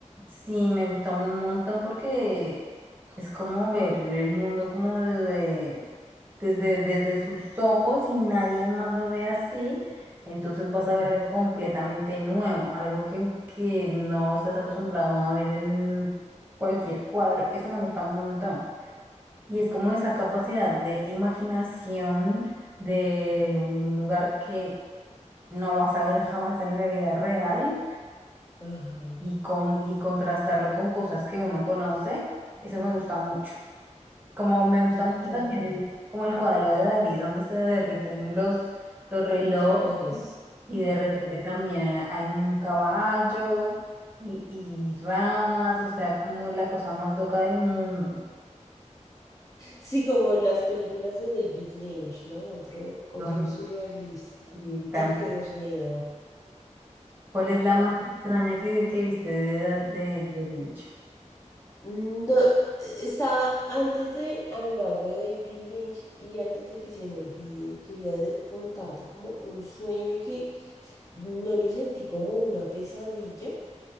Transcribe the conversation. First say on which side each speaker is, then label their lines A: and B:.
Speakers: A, on the right; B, on the left.
A: Sí, me gusta un montón porque es como ver el mundo como desde, desde, desde sus ojos y nadie más lo ve así. Entonces vas a
B: Mm.
A: ver algo completamente nuevo, algo que, que no estás acostumbrado a ver en cualquier cuadro. Eso me gusta un montón. Y es como esa capacidad de imaginación de un lugar que no vas a ver jamás en la vida real
B: Ajá,
A: y, con, y contrastarlo con cosas que uno conoce, eso me gusta mucho. Como me gusta
B: total.
A: mucho también el, como el cuadro de Dalí, donde se derriten los, los relojes
B: Relojes.
A: y de
B: Ajá.
A: repente también ha- hay un caballo y, y ramas, o sea, como la cosa más loca del mundo.
B: Sí, como en las películas de David Lynch, ¿no? Otro, otro
A: No,
B: surrealista.
A: y tam-
B: Empedernido.
A: ¿cuál es la más extraña que, que viste de, Da- de, de Vinci?
B: Mm, No, e-, estaba antes de hablar de David Lynch y antes de que se me olvide, quería de- contarte como un sueño que no lo sentí como una pesadilla,